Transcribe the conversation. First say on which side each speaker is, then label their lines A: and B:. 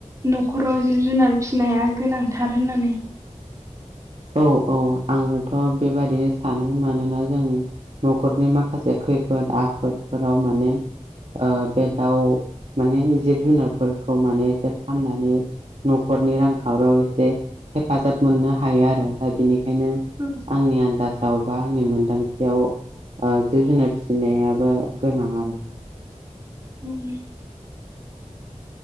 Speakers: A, on the right; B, on the right.
A: न'खराव जिब जुनार फिसिनाया गोनांथार होननानै
B: औ औ आङोथ' बेबादिनो सानो मानोना जों न'खरनि माखासे खैफोद आफोदफोराव माने ओ बे दाउ माने जिब जुनारफोरखौ माने एसे फाननानै न'खरनि रांखावरियाव एसे हेफाजाब मोननो हायो आरो दा बिनिखायनो
A: औ
B: आंनि आन्दाजाव बा आंनि मोनदांथियाव ओ जिब जुनार फिसिनायाबो गोनां आरो।
A: उम